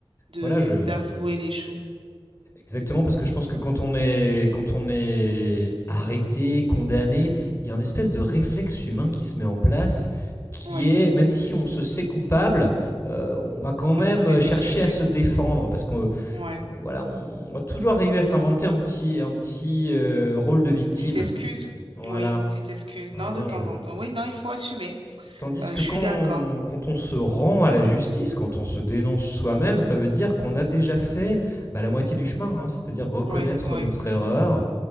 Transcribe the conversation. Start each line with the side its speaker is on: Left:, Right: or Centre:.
Right: de
Left: voilà, je,
Right: d'avouer les choses.
Left: Exactement, parce que je pense que quand on est, quand on est arrêté, condamné, il y a un espèce de réflexe humain qui se met en place, qui
Right: Oui,
Left: est, même si on se sait coupable, euh, on va quand même
Right: on essaie d'échapper.
Left: chercher à se défendre, parce qu'on
Right: Ouais,
Left: voilà, on va toujours arriver à s'inventer un petit, un petit euh, rôle de victime.
Right: une petite excuse.
Left: Voilà.
Right: Oui, une petite excuse.
Left: Hein,
Right: Non, de temps
Left: je...
Right: en temps. Oui, non, il faut assumer.
Left: Tandis
Right: Euh,
Left: que
Right: je
Left: quand,
Right: suis d'accord.
Left: quand on se rend à la justice, quand on se dénonce soi-même, ça veut dire qu'on a déjà fait bah, la moitié du chemin, hein, c'est-à-dire reconnaître
Right: Oui, oui,
Left: notre erreur,